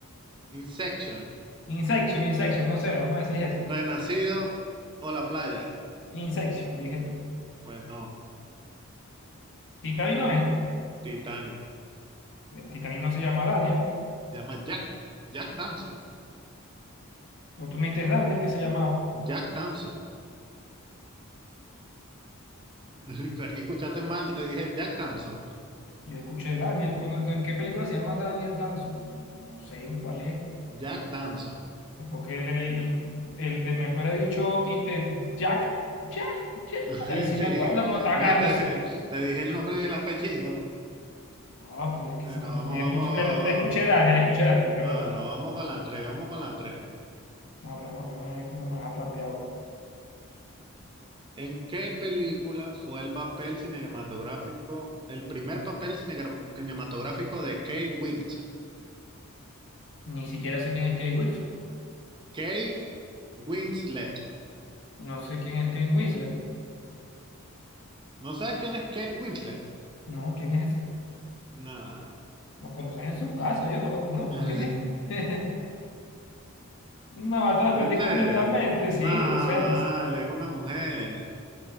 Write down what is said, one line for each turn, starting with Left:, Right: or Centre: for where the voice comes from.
Right: Inception,
Left: Insection, Insection, no sé, vamos a decir eso.
Right: Renacido o La Playa.
Left: Insection, dije ya.
Right: Pues no,
Left: Titani no es.
Right: Titanic.
Left: En Titani no se llama Daniel.
Right: Se llama Jack, Jack Dawson.
Left: O tú me dijiste Daniel que se llamaba.
Right: Jack Dawson. <laughs> O sea, que escuchaste mal, te dije Jack Dawson.
Left: Yo escuché Daniel, cono- no, ¿en qué película se llama Daniel Danson? Yo no no sé en cuál es,
Right: Jack Dawson.
Left: eh, porque el, el, el- el de me fuera dicho Tite, Jack, Jack, Jack,
Right: <laughs>
Left: ahí sí
Right: Sí,
Left: me acuerdo cuando estaba
Right: bueno,
Left: cagándose.
Right: te, te dije el nombre del apellido.
Left: No, pues es que
Right: Eh,
Left: eso
Right: vamos,
Left: no, yo escuché,
Right: vamos, vamos,
Left: te, te escuché
Right: vamos,
Left: Daniel, escuché Daniel, perdón.
Right: Ah,
Left: Daniel.
Right: no, vamos con la tres vamos con la 3.
Left: No, pero vamos, vamos, a ver cómo me vas a trampear ahora.
Right: ¿en qué película fue el papel cinematográfico, el primer papel cinegra- cinematográfico de Kate Wilson?
Left: Ni siquiera sé quién es Kate Wilson,
Right: Kate Winslet.
Left: no sé quién es Kate Winslet,
Right: ¿No sabes quién es Kate Winslet?
Left: no, ¿quién es ese?
Right: No.
Left: No conocen en su casa, yo no lo conozco,
Right: <laughs> ¿En
Left: ¿quién es? <laughs> No, esta la perdí
Right: serio?
Left: completamente, sí,
Right: No, Ale,
Left: no sé, no sé.
Right: es una mujer.